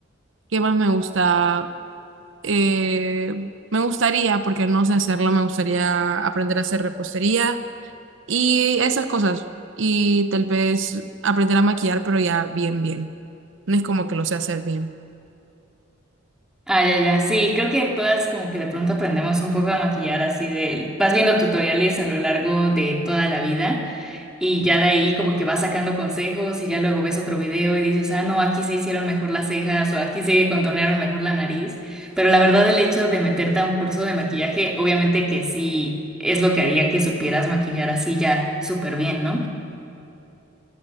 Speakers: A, on the right; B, in the centre.
A: ¿Qué más me gusta? eh, me gustaría, porque no sé hacerlo, me gustaría aprender a hacer repostería y esas cosas. Y tal vez aprender a maquillar, pero ya bien, bien. No es como que lo sé hacer bien.
B: Ah, ya, ya, sí, creo que todas como que de pronto aprendemos un poco a maquillar así del, vas viendo tutoriales a lo largo de toda la vida. Y ya de ahí como que vas sacando consejos y ya luego ves otro video y dices, ah, no, aquí se hicieron mejor las cejas o aquí se contornearon mejor la nariz. Pero la verdad el hecho de meterte a un curso de maquillaje, obviamente que sí es lo que haría que supieras maquillar así ya súper bien, ¿no?